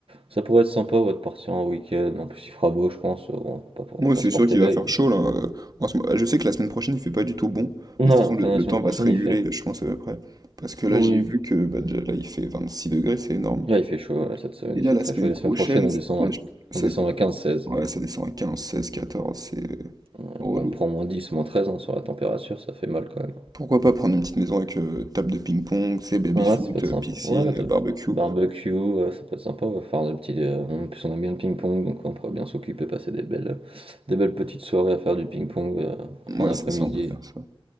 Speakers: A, on the right; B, on the right.
A: ça pourrait être sympa ouais, de partir en week-end, en plus il fera beau je pense, euh, bon, on va pas,
B: Moi,
A: on va pas
B: c'est
A: se porter
B: sûr qu'il
A: l'œil.
B: va faire chaud là. euh, en ce mo- Je sais que la semaine prochaine il fait pas du tout bon,
A: mais-
B: mais
A: Ouais,
B: de toute façon
A: enfin
B: le, le
A: la semaine
B: temps
A: prochaine
B: va se réguler,
A: il fait...
B: je pense à peu près. Parce que là,
A: Oui.
B: j'ai vu que bah, déjà, là il fait 26 degrés, c'est énorme.
A: Là il fait chaud, là, cette semaine
B: Et
A: il
B: là,
A: fait
B: la
A: très
B: semaine
A: chaud, et la
B: prochaine,
A: semaine prochaine on
B: c'est-
A: descend
B: là,
A: à,
B: je- ça...
A: on descend à quinze seize.
B: ouais, ça descend à quinze seize quatorze c'est
A: Euh,
B: relou.
A: Bon, on prend moins 10, moins 13 hein, sur la température, ça fait mal quand même.
B: Pourquoi pas prendre une petite maison avec euh, table de ping-pong, c'est baby-foot,
A: Ouais, ça peut être
B: euh,
A: sympa.
B: piscine,
A: Ouais, t'as-
B: euh, barbecue.
A: barbecue, euh, ça peut être sympa, ouais, faire des petits. euh, en plus, on aime bien le ping-pong, donc on pourrait bien s'occuper, passer des belles, des belles petites soirées à faire du ping-pong euh, en
B: Ouais,
A: fin Oui. d'après-midi.
B: c'est ça, on peut faire ça.